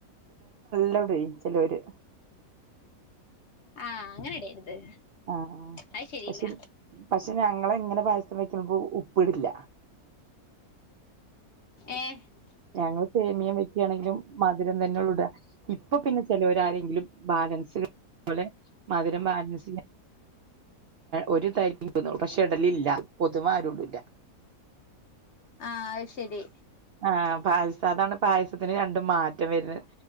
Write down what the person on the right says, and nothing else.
ല്ലോം ഇടൊയ് ചെലോര്
ആഹ്
പക്ഷെ
പക്ഷെ ഞങ്ങള ഇങ്ങനെ പായസം വെക്കുമ്പോ ഉപ്പിടില്ല
ഞങ്ങള്ൾ സേമിയം വെക്കയാണെങ്കിലും മധുരം തന്നെ ഉള്ളുഇട ഇപ്പൊ പിന്നെ ചിലവരരെങ്കിലും ബാലൻസ് പോലെ മധുരം ബാലൻസ് ഒരുതരി ഇടുംപക്ഷെ ഇടലില്ല പൊതുവ ആരും ഇടില്ല
ആഹ് പായസ അതാണ് പായസത്തിന് രണ്ടും മാറ്റം വരുന്നത്